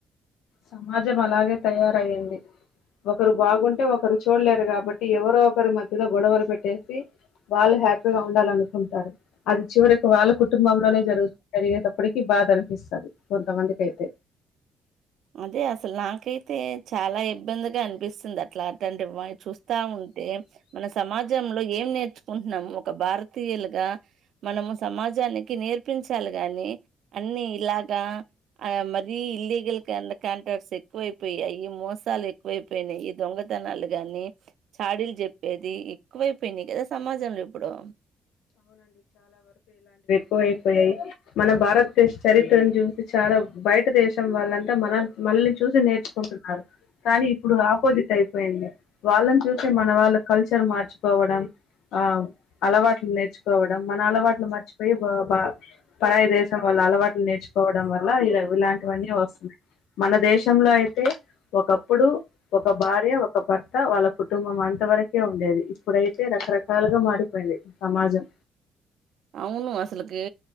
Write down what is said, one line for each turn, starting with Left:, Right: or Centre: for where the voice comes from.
Left: సమాజం అలాగే తయారయ్యింది ఒకరు బాగుంటే ఒకరు చూడలేరు కాబట్టి ఎవరో ఒకరి మధ్యలో గొడవలు పెట్టేసి వాళ్ళు హ్యాపీగా ఉండాలనుకుంటారు అది చివరికి వాళ్ళ కుటుంబంలోనేరుగు జరిగేటప్పటికి బాధ అనిపిస్తుంది కొంతమందికి అయితే
Right: అదే అసలు నాకైతే చాలా ఇబ్బందిగా అనిపిస్తుంది అట్లా అంటి చూస్తా ఉంటే మన సమాజంలో ఏం నేర్చుకుంటున్నాము ఒక భారతీయులుగా మనము సమాజానికి నేర్ చప్పించాలి గాని అన్ని ఇలాగా ఆ మరీ ఇల్లీగల్ క్యాంటర్స్ ఎక్కువైపోయాయి ఈ మోసాలు ఎక్కువైపోయినాయి ఈ దొంగతన గాని చాడీలు చెప్పేది ఎక్కువైపోయినాయి కదా సమాజంలో ఇప్పుడు
Left: పోయి పోయి మన భారతదేశ చరిత్రను చూసి చాలా బయట దేశం వాళ్ళంతా మన మనల్ని చూసి నేర్చుకుంటున్నారు కానీ ఇప్పుడు ఆపోజిట్ అయిపోయింది వాళ్ళని చూసి మన వాళ్ళ కల్చర్ మార్చుకోవడం ఆ అలవాట్ నేర్చుకోవడం మన అలవాట్లు మర్చిపోయి పరాయ దేశం వాళ్ల అలవాట్లు నేర్చుకోవడం వల్ల ఇలా ఇలాంటివన్నీ వస్తున్నాయి మన దేశంలో అయితే ఒకప్పుడు ఒక భార్య ఒక భర్త వాళ్ళ కుటుంబం అంత వరకే ఉండేది ఇప్పుడైతే రకరకాలుగా మారిపోయిది సమాజం
Right: అవును అసలుకి